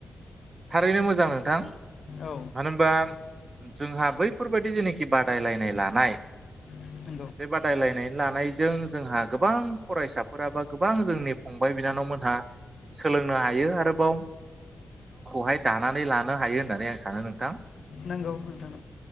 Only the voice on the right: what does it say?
थारैनो मोजां नोंथां
मानो होमबा जोंहा बैफोरबायाददि जेनोखि बा रायलायनाय लानाय
बे बादायलायनाय लानायजों जोंहा गोबां फरायसाफोरा बा गोबां जोंनि फंबाय बिनानाव मोना सोलोंनो हायो आरोबाव हाय दानानै लानो हायो होननानै आं सानो नोंथां